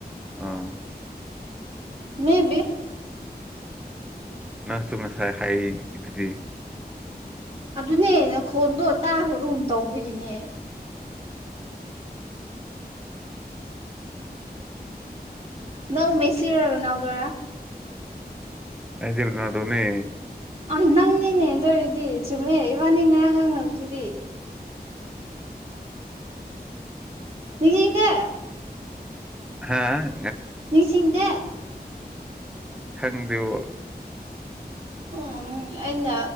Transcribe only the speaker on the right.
ꯃꯦꯕꯤ
ꯑꯗꯨꯅꯦꯅ ꯈꯣꯟꯗꯣ ꯇꯥꯈ꯭ꯔꯕꯒꯨꯝ ꯇꯧꯕꯒꯤꯅꯦ ꯅꯪ ꯃꯦꯁꯤꯔꯣ ꯔ ꯔꫭꯅꯥꯜꯗꫭꯔ
ꯑ ꯅꯪꯅꯤꯅꯦ ꯑꯗꯨ ꯑꯣꯏꯔꯗꯤ ꯆꯨꯝꯃꯦ ꯏꯕꯥꯅꯤ ꯉꯔꯥꯡ ꯉꯥꯡꯅꯕꯅꯕꯗꯨꯗꯤ <unintelligible>
ꯅꯤꯡꯁꯤꯡꯗꯦ
ꯎꯝ ꯑꯩꯅ